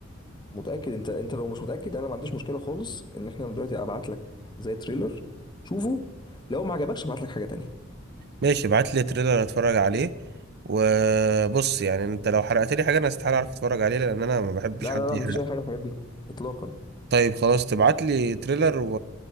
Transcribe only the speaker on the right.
ماشي ابعت لي تريلر اتفرج عليه وبص يعني انت لو حرقت لي حاجه انا استحاله اعرف اتفرج عليه لان انا ما بحبش
حد
يحرق
طيب خلاص تبعت لي تريلر و...